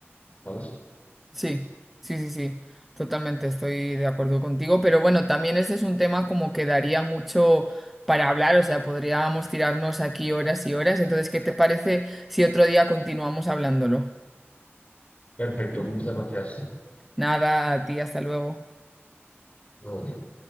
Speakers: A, on the left (about 30°); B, in the centre.
A: ¿sabes?
B: Sí, sí, sí, sí. Totalmente estoy de acuerdo contigo. Pero bueno, también este es un tema como que daría mucho para hablar. O sea, podríamos tirarnos aquí horas y horas. Entonces, ¿qué te parece si otro día continuamos hablándolo?
A: Perfecto, muchas gracias.
B: Nada, a ti, hasta luego.
A: Luego.